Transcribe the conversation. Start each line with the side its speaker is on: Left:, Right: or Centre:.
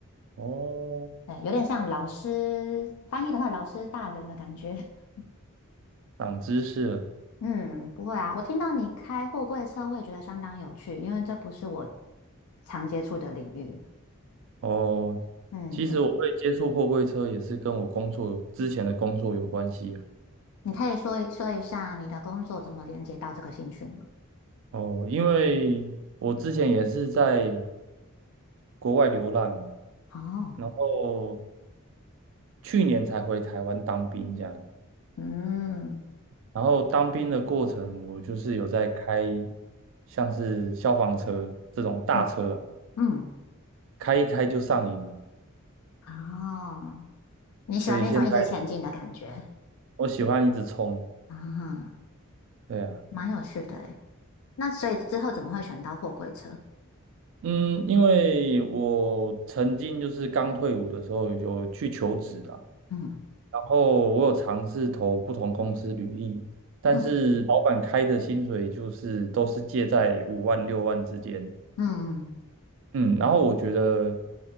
Right: 哦，
Left: 哎，有点像老师翻译的话，老师大人的感觉。<laughs>
Right: 长知识了。
Left: 嗯，不会啊，我听到你开货柜车，我也觉得相当有趣，因为这不是我常接触的领域。
Right: 哦，
Left: 嗯，
Right: 其实我会接触货柜车也是跟我工作有之前的工作有关系啊。
Left: 你你可以说一说一下你的工作怎么连接到这个兴趣吗？
Right: 哦，因为我之前也是在国外流浪，
Left: 哦，
Right: 然后去年才回台湾当兵这样。
Left: 嗯。
Right: 然后当兵的过程，我就是有在开像是消防车这种大车啊，
Left: 嗯嗯，
Right: 开一开就上瘾了，
Left: 哦，你喜欢那种一直前进的感觉，
Right: 所以现在我喜欢一直冲。
Left: 啊、
Right: 对啊。
Left: 蛮有趣的诶。那所以之后怎么会选到货柜车？
Right: 嗯，因为我曾经就是刚退伍的时候有去求职啊，
Left: 嗯
Right: 然后我有尝试投不同公司履历，但是老板开的薪水就是都是介在五万六万之间。
Left: 嗯嗯
Right: 嗯，然后我觉得